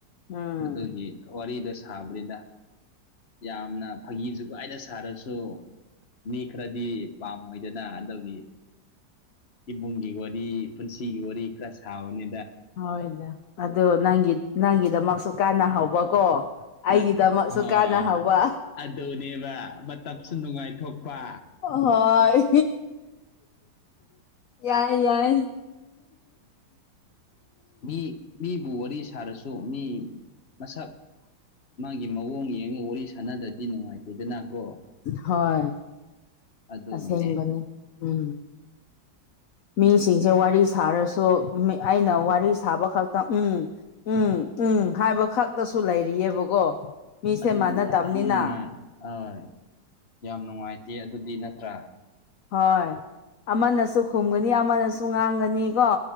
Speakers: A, on the left; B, on the left.
A: ꯎꯝ
B: ꯑꯗꯨꯒꯤ ꯋꯥꯔꯤꯗꯣ ꯁꯥꯕꯅꯤꯗꯥ꯫ ꯌꯥꯝꯅ ꯐꯥꯒꯤ-ꯖꯨꯒꯥꯏꯗ ꯁꯥꯔꯖꯨ ꯃꯤ ꯈꯔꯗꯤ ꯄꯥꯝꯃꯣꯏꯗꯅ ꯑꯗꯨꯒꯤ꯫ ꯏꯕꯨꯡꯒꯤ ꯋꯥꯔꯤ, ꯄꯨꯟꯁꯤꯒꯤ ꯋꯥꯔꯤ ꯈꯔ ꯁꯥꯕꯅꯦ꯫
A: ꯍꯣꯏꯗ ꯑꯗꯨ ꯅꯪꯒꯤ-ꯅꯪꯒꯤꯗꯃꯛꯁꯨ ꯀꯥꯟꯅꯍꯧꯕꯀꯣ꯫ ꯑꯩꯒꯤꯗꯃꯛꯁꯨ
B: ꯅꯠ ꯍꯣꯏ
A: ꯀꯥꯟꯅꯍꯧꯕ꯫
B: ꯑꯗꯨꯅꯦꯕ ꯃꯇꯝꯁꯨ ꯅꯨꯡꯉꯥꯏꯊꯣꯛꯄ
A: ꯍꯣꯏ ꯌꯥꯏ-ꯌꯥꯏ
B: ꯃꯤ-ꯃꯤꯕꯨ ꯋꯥꯔꯤ ꯁꯥꯔꯁꯨ ꯃꯤ ꯃꯁꯛ ꯃꯥꯒꯤ ꯃꯑꯣꯡ ꯌꯦꯡꯉ ꯋꯥꯔꯤ ꯁꯥ ꯁꯥꯅꯗꯗꯤ ꯅꯨꯡꯉꯥꯏꯇꯦꯗꯅꯀꯣ꯫
A: ꯍꯣꯏ
B: ꯑꯗꯨꯒꯤꯅꯦ
A: ꯑꯁꯦꯡꯕꯅꯤ ꯎꯝ ꯃꯤꯁꯤꯡꯁꯦ ꯋꯥꯔꯤ ꯁꯥꯔꯁꯨ ꯃꯦ-ꯑꯩꯅ ꯋꯥꯔꯤ ꯁꯥꯕ ꯈꯛꯇꯪ ꯎꯝ-ꯎꯝ ꯎꯝ ꯍꯥꯏꯕ ꯈꯛꯇꯁꯨ ꯂꯩꯔꯤꯌꯦꯕꯀꯣ꯫ ꯃꯤꯁꯦ
B: ꯑꯗꯨꯗꯤ
A: ꯃꯥꯟꯅꯗꯕꯅꯤꯅ
B: ꯌꯥꯝ ꯅꯨꯡꯉꯥꯏ ꯍꯣꯏ ꯌꯥꯝ ꯅꯨꯡꯉꯥꯏ ꯇꯦ ꯑꯗꯨꯗꯤ ꯅꯠꯇ꯭ꯔꯥ
A: ꯍꯣꯏ ꯑꯃꯅꯁꯨ ꯈꯨꯝꯒꯅꯤ ꯑꯃꯅꯁꯨ ꯉꯥꯡꯒꯅꯤ ꯀꯣ꯫